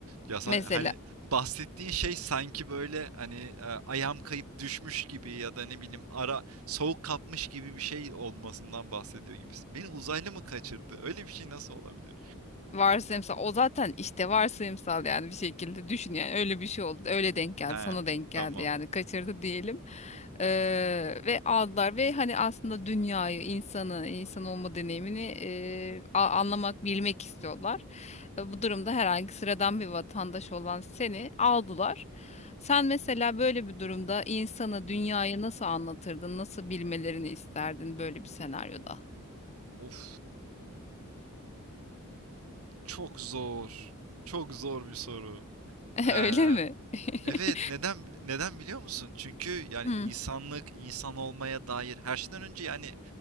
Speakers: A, on the right (about 80°); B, on the left (about 30°).
A: Ya sen-
B: Mesela
A: hani bahsettiğin şey sanki böyle hani e, ayağım kayıp düşmüş gibi ya da ne bileyim ara soğuk kapmış gibi bir şey olmasından bahsediyor gibisin. Beni uzaylı mı kaçırdı? Öyle bir şey nasıl olabilir?
B: Varsayımsal o zaten işte varsayımsal yani bir şekilde düşün yani öyle bir şey oldu öyle denk geldi
A: He
B: sana denk geldi
A: tamam.
B: yani kaçırdı diyelim Ee, ve aldılar ve hani aslında dünyayı insanı insan olma deneyimini e, a- anlamak bilmek istiyorlar E, bu durumda herhangi sıradan bir vatandaş olan seni aldılar sen mesela böyle bir durumda insanı dünyayı nasıl anlatırdın nasıl bilmelerini isterdin böyle bir senaryoda
A: Of çok zor. Çok zor bir soru.
B: <laughs>
A: Ee,
B: öyle mi? <laughs>
A: Evet, neden neden biliyor musun? Çünkü yani
B: Hmm.
A: insanlık, insan olmaya dair her şeyden önce yani